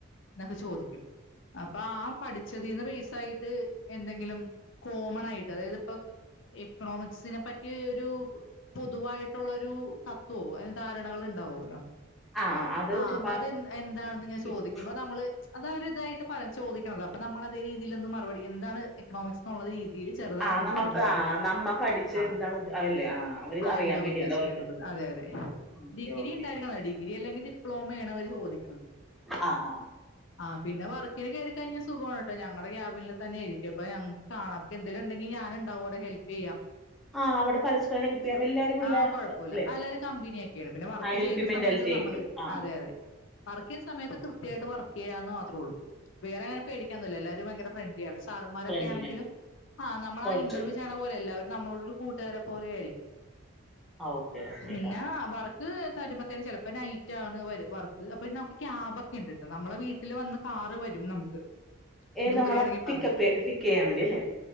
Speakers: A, on the left (about 65°); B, in the centre.
A: എന്നൊക്കെ ചോദിക്കും അപ്പൊ ആ പഠിച്ചതീന്ന് റീസെൻ യിട്ട് എന്തെങ്കിലും കോമൺ ആയിട്ട് അതായത് പ്പോ എക്കണോമിക്സിനെ പറ്റി ഒരു പൊതുവായിട്ടുള്ള ഒരു തത്വോ അല്ല ധാരണകൾ ഉണ്ടാവുമോല്ലോ
B: ആ അത്
A: ആ
B: ചുമ്മാ
A: അപ്പൊ അത് എ എന്താണെന്ന് ഞൻ ചോദിക്കുമ്പ
B: ഇസ്-
A: നമ്മള് അതവര് ഇതായിട്ട് പറ ചോദിക്കുന്നത് അപ്പൊ നമ്മൾ അതേ രീതിൽന്ന് മറുപടി എന്താണ് എക്കണോമിസ് എന്നുള്ള രീതി രീതിൽ ചെറുതായിട്ടൊന്ന്
B: ആ നമ്മ
A: പറഞ്ഞു കൊടുക്കുക
B: ആ നമ്മ പഠിച്ച്
A: ആ
B: എന്താണ് ഉദ്ദ- അതല്ലേ ആ അവര്
A: ആ
B: അറിയാൻ
A: എന്താ
B: വേണ്ടിയല്ലേ
A: ഉദ്ദേശിക്ക്ണത്
B: അവർക്ക്
A: എന്നുള്ളത് അതെ അതെ
B: ഓക്കെ
A: ഡിഗ്രി
B: ഓക്കെ
A: ഉണ്ടായിരിക്കണം ഡിഗ്രി അല്ലെങ്കിൽ ഡിപ്ലോമ ആണ് അവര് ചോദിക്ക്‌ണേ
B: ആ ആ ആ
A: ആഹ പിന്നെ വർക്കിന് കേറിക്കഴിഞ്ഞ സു സുഖമാണ് കേട്ടോ ഞങ്ങടെ ക്യാബിനിൽ തന്നൊയ്രിക്കും അപ്പൊ ഞക്ക് കാണാം അപ്പോ എന്തെലുണ്ടെങ്കിൽ ഞാന് ഉണ്ടാവൂടെ ഹെൽപ് ചെയ്യാന്
B: ആ, അവിടെ പരസ്പരം ഹെൽപ്പ് ചെയ്യാം എല്ലാരും എല്ലാ
A: ആ കൊഴപ്പുല്ല
B: അല്ലേ
A: എല്ലരും കമ്പനി യാക്കരം പിന്നെ വർക്ക്
B: ആ ഹെൽപ്പ്
A: ചെയ്യുന്ന
B: മെന്റാലിറ്റി
A: സമയത്ത്
B: ആയിരിക്കും
A: നമ്മ
B: ആ
A: അതെ അതെ വർക്ക് ചെയ്യുന്ന സമയത്ത് കൃത്യമായിട്ട് വർക്ക് ചെയ്യാന്ന് മാത്രേ ഉള്ളൂ വേറെങ്ങനെ പേടിക്കൻന്നില്ലല്ല എല്ലരും ഭയങ്കര്രണ്ട്ലിാണ്ണ്ാർമാൊക്കെ
B: ഫ്രണ്ട്ലി
A: ആണെങ്കും ആഹ നമ്മള
B: കുഴപ്പമില്ല
A: ആ ഇന്റർവ്യ ചെയണ പോലെ എല്ലാവരും നമ്മളോട് ഒരു കൂട്ടുകാരെ പോലെയ ആയിരിക്കും
B: ആ ഓക്കെ ഓക്കെ
A: പിന്നെ വർക്ക് വരുമ്പോത്തേെ ചിലപ്പോ നൈറ്റ് ആണ് വർക്ക് അപ്പൊ നമുക്ക് ക്യാബ് ഒക്കെ ഉണ്ട് കേട്ടോ നമ്മളെ വീട്ടിൽ വന്ന് കാറ് വരും നമുക്ക്
B: ഏ
A: ദൂരെയാണെങ്കിൽ
B: നമ്മടെ പിക്ക്പ്പ് പിക്ക് ചെയ്യാൻ വേണ്ടിയല്ലേ